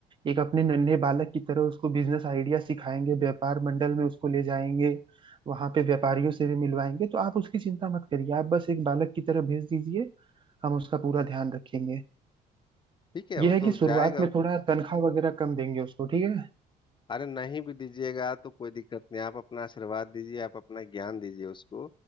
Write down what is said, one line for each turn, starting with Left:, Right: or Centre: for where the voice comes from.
Right: एक अपने नन्हे बालक की तरह उसको बिजनेस आइडिया सिखाएंगे व्यापार मंडल में उसको ले जाएंगे वहां पे व्यापारियों से भी मिलवाएंगे तो आप उसकी चिंता मत करिए आप बस एक बालक की तरह भेज दीजिए हम उसका पूरा ध्यान रखेंगे
Left: ठीक है
Right: यह
Left: वो
Right: है कि
Left: तो
Right: शुरुआत
Left: जाएगा
Right: में थोड़ा तनख्वाह वगैरह कम देंगे उसको ठीक है
Left: अरे नहीं भी दीजिएगा तो कोई दिक्कत नहीं आप अपना आशीर्वाद दीजिए आप अपना ज्ञान दीजिए उसको